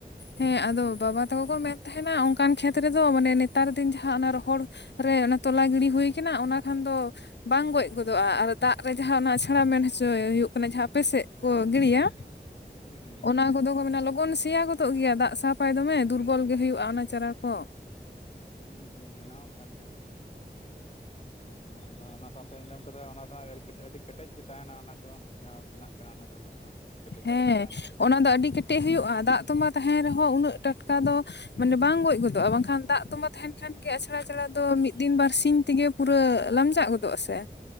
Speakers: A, on the left; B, on the left.
A: ᱦᱮᱸ ᱟᱫᱚ ᱵᱟᱵᱟ ᱛᱟᱠᱚ ᱠᱚ ᱢᱮᱱ ᱛᱟᱦᱮᱱᱟ ᱚᱱᱠᱟᱱ ᱠᱷᱮᱛ ᱨᱮᱫᱚ ᱢᱟᱱᱮ ᱱᱮᱛᱟᱨ ᱫᱤᱱ ᱡᱟᱦᱟᱸᱼᱼ ᱦᱮᱸ, ᱚᱱᱟ ᱨᱚᱦᱚᱲ ᱨᱮ ᱚᱱᱟ ᱛᱚᱞᱟ ᱜᱤᱲᱤ ᱦᱩᱭ ᱠᱟᱱᱟ ᱚᱱᱟ ᱠᱷᱟᱱ ᱫᱚᱼᱼ ᱵᱟᱝ ᱜᱚᱡ ᱜᱚᱫᱚᱜᱼᱟ ᱟᱨ ᱫᱟᱜ ᱨᱮ ᱡᱟᱦᱟᱸ ᱚᱱᱟ ᱟᱪᱷᱟᱲᱟ ᱢᱮᱱ ᱦᱚᱪᱚᱭ ᱦᱩᱭᱩᱜ ᱠᱟᱱᱟ ᱡᱟᱦᱟᱸ ᱟᱯᱮᱥᱮᱫᱼᱼ ᱠᱚ
B: ᱦᱩᱸ
A: ᱜᱤᱲᱜᱤᱭᱟ
B: ᱦᱩᱸ ᱦᱩᱸ ᱦᱩᱸ ᱦᱩᱸ
A: ᱚᱱᱟ ᱠᱚᱫᱚ ᱠᱚ ᱢᱮᱱᱟ ᱞᱚᱜᱚᱱ ᱥᱮᱭᱟ ᱜᱚᱫ ᱛᱚᱜ ᱜᱮᱭᱟ ᱫᱟᱜ ᱥᱟᱯᱟᱭ ᱫᱚᱢᱮ ᱫᱩᱨᱵᱚᱞ ᱜᱮ ᱦᱩᱭᱩᱜᱼᱟ ᱚᱱᱟ ᱪᱟᱨᱟ ᱠᱚ
B: ᱦᱩᱸ ᱦᱩᱸ ᱚᱱᱟᱦᱚᱸ ᱠᱟᱱ ᱜᱮᱭᱟ ᱟᱫᱚ ᱚᱱᱟ ᱥᱟᱶᱛᱮᱧ ᱟᱸᱡᱚᱢ ᱠᱟᱫᱟ ᱚᱱᱟ ᱫᱚ ᱦᱟᱸᱜ ᱟᱹᱰᱤ ᱠᱮᱴᱮᱡ ᱜᱮ ᱛᱟᱦᱮᱱᱟ ᱚᱱᱟ ᱠᱚ ᱡᱟᱦᱟᱸ ᱵᱮᱱᱟᱜ ᱠᱟᱱᱟ ᱚᱱᱟᱫᱚ ᱦᱳᱬᱳ ᱫᱚ ᱦᱟᱸᱜ ᱠᱮᱴᱮᱡ
A: ᱦᱮᱸ
B: ᱫᱷᱟᱨᱟ ᱜᱮ ᱛᱟᱦᱮᱱᱟ
A: ᱚᱱᱟ ᱫᱚ ᱟᱹᱰᱤ ᱠᱮᱴᱮᱡ ᱦᱩᱭᱩᱜᱼᱟ ᱫᱟᱜ ᱛᱚᱸᱵᱟ ᱛᱟᱦᱮᱱ ᱨᱮᱦᱚᱸ ᱩᱱᱟᱹᱜ ᱴᱟᱴᱠᱟ ᱫᱚᱼᱼ ᱢᱟᱱᱮ ᱵᱟᱝ ᱜᱚᱡ ᱜᱚᱫᱚᱜᱼᱟ ᱵᱟᱝᱠᱷᱟᱱ ᱫᱟᱜ ᱛᱚᱸᱵᱟ ᱛᱟᱦᱮᱱ ᱠᱷᱟᱱᱜᱮ ᱟᱪᱷᱲᱟ ᱪᱟᱲᱟ ᱫᱚ ᱢᱤᱫ ᱫᱤᱱ ᱵᱟᱨ ᱥᱤᱧ ᱛᱮᱜᱮ ᱯᱩᱨᱟᱹ ᱞᱟᱢᱡᱟᱜ ᱜᱚᱫᱚᱼᱟ ᱥᱮ